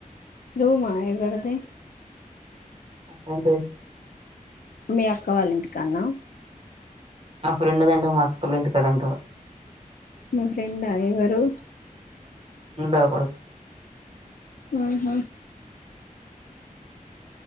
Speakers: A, on the left; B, on the right.
A: రూమా ఎవరిది
B: మ ఫ్రెండ్ ది
A: మీ అక్క వాళ్ళ ఇంటికాన్నా
B: నా ఫ్రెండ్ దంటే మా అక్కళ్ళోటికాడ అంటవ్
A: మీ ఫ్రెండా ఎవరు
B: ఉండే ఒకడు
A: ఆ హా